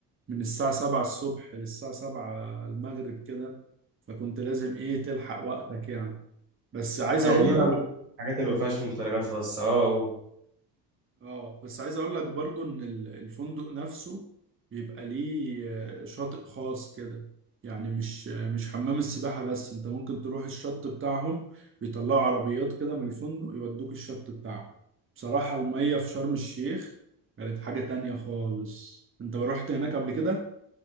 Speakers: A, on the right; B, on the right.
A: من الساعة 7 الصبح للساعة 7 المغرب كده فكنت لازم ايه تلحق وقتك يعني بس عايز
B: اهلي
A: اقول
B: بقى
A: لك
B: مش الحاجات اللي ما فيهاش ممتلكات خاصه اه و...
A: اه بس عايز اقول لك برضو ان ال- الفندق نفسه بيبقى ليه آه، شاطئ خاص كده يعني مش آه، مش حمام السباحة بس انت ممكن تروح الشط بتاعهم بيطلعوا عربيات كده من الفندق يودوك الشط بتاعهم بصراحة المية في شرم الشيخ كانت حاجة تانية خالص انت رحت هناك قبل كده